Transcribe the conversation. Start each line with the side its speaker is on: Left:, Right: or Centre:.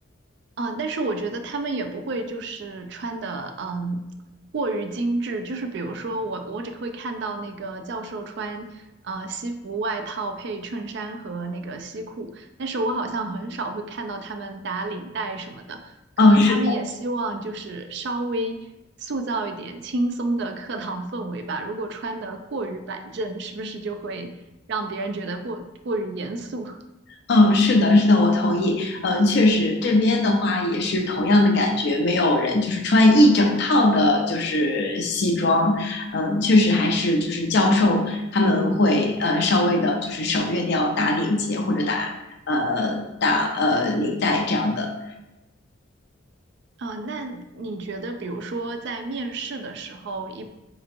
Right: 啊，但是我觉得他们也不会就是穿的，嗯，过于精致。就是比如说我，我只会看到那个教授穿呃西服外套配衬衫和那个西裤，但是我好像很少会看到他们打领带什么的。可能他们也希望就是稍微塑造一点轻松的课堂氛围吧。
Left: 哦，是。
Right: 如果穿的过于板正，是不是就会让别人觉得过过于严肃？
Left: 嗯，是的，是的，我同意。嗯，确实，这边的话也是同样的感觉，没有人就是穿一整套的，就是西装。嗯，确实还是就是教授他们会呃稍微的，就是省略掉打领结或者打呃打呃领带这样的。
Right: 啊，那你觉得，比如说在面试的时候，一